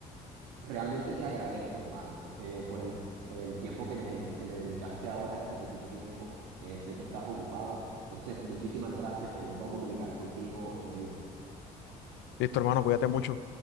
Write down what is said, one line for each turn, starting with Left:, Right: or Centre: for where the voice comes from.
Right: realmente te agradezco, hermano, eh, por el, el tiempo que me, que me dedicaste ahora, este poquito tiempo. Eh, sé que estás ocupado. Entonces, muchísimas gracias. Me vuelvo a comunicar contigo otro día.
Left: Listo, hermano, cuídate mucho.